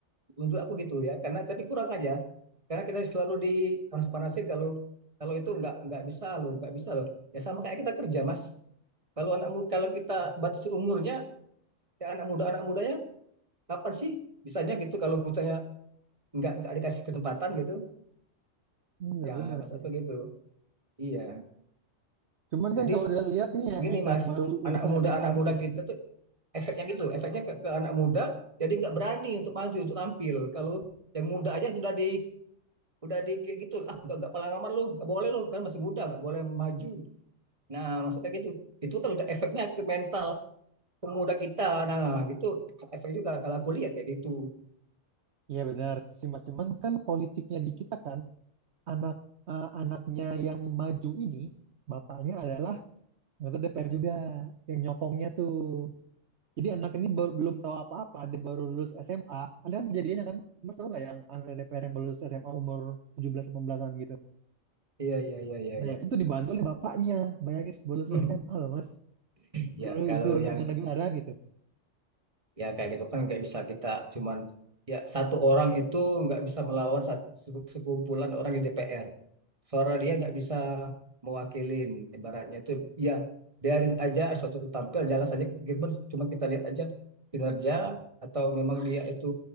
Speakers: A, on the right; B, on the right.
A: untuk aku gitu ya karena tapi kurang aja karena kita selalu dipanas-panasin kalau kalau itu nggak nggak bisa loh nggak bisa loh ya sama kayak kita kerja mas kalau anak mu- kalau kita batasi umurnya ya anak muda anak mudanya kapan sih bisanya gitu kalau misalnya nggak nggak dikasih kesempatan gitu
B: Ini nggak
A: ya
B: bener
A: mas
B: sih.
A: apa gitu iya
B: Cuman kan
A: jadi
B: kalau kita lihat nih ya,
A: gini
B: yang kayak
A: mas
B: baru lulusan
A: anak muda
B: SMA
A: anak
B: gitu
A: muda
B: loh.
A: kita tuh efeknya gitu efeknya ke, ke anak muda jadi nggak berani untuk maju untuk tampil kalau yang muda aja sudah di udah di kayak gitu ah nggak nggak pengalaman lu nggak boleh lu kan masih muda nggak boleh maju nah maksudnya gitu itu kan udah efeknya ke mental pemuda kita nah gitu efek juga kalau aku lihat kayak gitu
B: Iya benar sih mas, cuman kan politiknya di kita kan anak eh, anaknya yang maju ini bapaknya adalah anggota DPR juga yang nyokongnya tuh. Jadi anak ini bel- belum tahu apa-apa, dia baru lulus SMA. Ada kan kejadiannya kan, Mas tahu nggak yang anak DPR yang baru lulus SMA umur 17-18an gitu.
A: iya iya iya iya
B: Nah
A: iya
B: itu tuh dibantu oleh bapaknya. Bayangin baru lulus
A: <laughs>
B: SMA loh Mas.
A: ya
B: Dulu
A: kalau
B: disuruh megang
A: yang
B: negara gitu.
A: ya kayak gitu kan nggak bisa kita cuman ya satu orang itu nggak bisa melawan sat- se- sekumpulan orang di DPR suara dia nggak bisa mewakilin ibaratnya itu ya biarin aja suatu itu tampil jalan saja kita, kita- cuman kita lihat aja kinerja atau memang dia itu